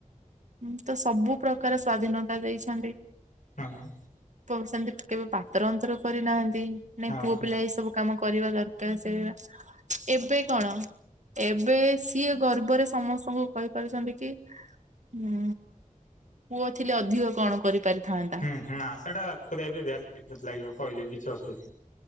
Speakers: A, on the right; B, on the left.
A: ଉଁ ତ ସବୁ ପ୍ରକାର ସ୍ଵାଧୀନତା ଦେଇଛନ୍ତି।
B: ହଁ।
A: ପ ସେମିତି କେବେ ପାତର ଅନ୍ତର କରିନାହାଁନ୍ତି। ନାଇଁ
B: ହଁ
A: ପୁଅ ପିଲା ଏଇ ସବୁ କାମ କରିବା ଦରକାର। ଏବେ କଣ ଏବେ ସିଏ ଗର୍ବରେ ସମସ୍ତଙ୍କୁ କହିପାରୁଛନ୍ତି କି ଉଁ ପୁଅ ଥିଲେ ଅଧିକ କଣ କରିପାରିଥାନ୍ତି।
B: ହୁଁ ନା ସେଟା <unintelligible> ଲାଗିବ କହିଲେ ବି କିଛି ଅସୁ